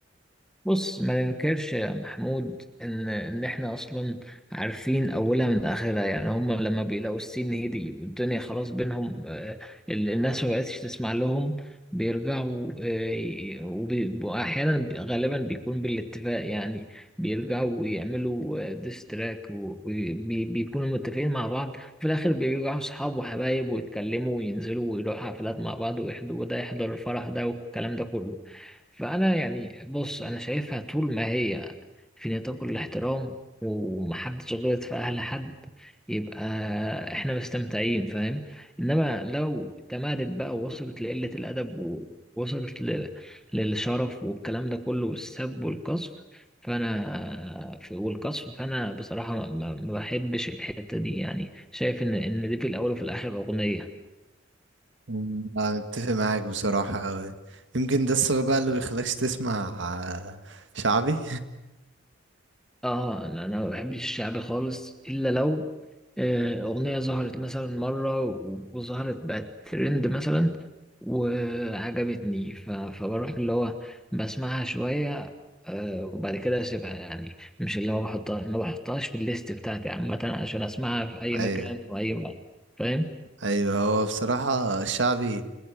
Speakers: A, in the centre; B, on the right (about 70°).
A: بص ما ننكرش يا محمود ان ان احنا اصلا عارفين اولها من اخرها يعني هم لما بيلاقوا السين هدي والدنيا خلاص بينهم آه، ال- الناس ما بقتش تسمع لهم بيرجعوا آه، وبي- واحيانا بي- غالبا بيكون بالاتفاق يعني بيرجعوا ويعملوا ديستراك وبيكونوا متفقين مع بعض في الاخر بيرجعوا اصحاب وحبايب ويتكلموا وينزلوا ويروحوا حفلات مع بعض ويحضروا وده يحضر الفرح ده والكلام ده كله فأنا يعني بص أنا شايفها طول ما هي في نطاق الاحترام ومحدش غلط في أهل حد يبقى إحنا مستمتعين فاهم إنما لو تمادت بقى ووصلت لقلة الأدب ووصلت ل... للشرف والكلام ده كله والسب والقصف فأنا ف- والقصف فأنا بصراحة ما, ما ما بحبش الحتة دي يعني شايف إن إن دي في الأول وفي الآخر أغنية
B: مم. انا متفق معاك بصراحة اوي يمكن ده السبب بقى اللي بيخليكش تسمع آه، شعبي
A: اه لا انا ما بحبش الشعبي خالص الا لو آه، اغنيه ظهرت مثلا مره و- وظهرت بقت ترند مثلا وعجبتني ف- فبروح اللي هو بسمعها شويه آه، وبعد كده اسيبها يعني مش اللي هو بحطها ما بحطهاش في الليست بتاعتي عامه عشان اسمعها في اي
B: <laughs> ايوه
A: مكان واي وقت فاهم
B: ايوه هو بصراحة الشعبي